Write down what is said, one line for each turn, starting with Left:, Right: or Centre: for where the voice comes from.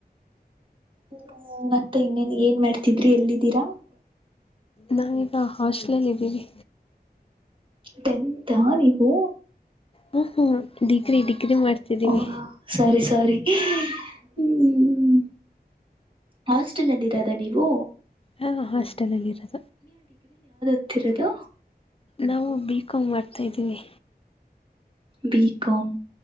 Right: ಹ್ಮ ಮತ್ತ ಇನ್ನೇನ್ ಏನ್ ಮಾಡ್ತಿದ್ರಿ ಎಲ್ಲಿದ್ದೀರಾ
Left: ನಾವೀಗ ಹಾಸ್ಟೆಲ್ಲ್ಲಿ ಇದ್ದೀಿ
Right: ಟೆಂತಾ ನೀವು
Left: ಹ ಹ ಡಿಗ್ರಿ ಡಿಗ್ರಿ ಮಾಡ್ತಿದ್ದೀವಿ
Right: ಓ ಸರಿ ಸರಿ ಹ್ಮ್ ಹಾಸ್ಟೆಲ್ ಅಲ್ಲಿ ಇರದ ನೀವು
Left: ಹಾ ಹಾಸ್ಟೆಲ್ ಅಲ್ಲಿ ಇರುತ್ತೆ
Right: ಹತ್ತರದು
Left: ನಾವು ಬಿ ಕಾಾಮ್ ಮಾಡ್ತಾಿದ್ದೀವಿ
Right: ಬಿ ಕಾಾಮ್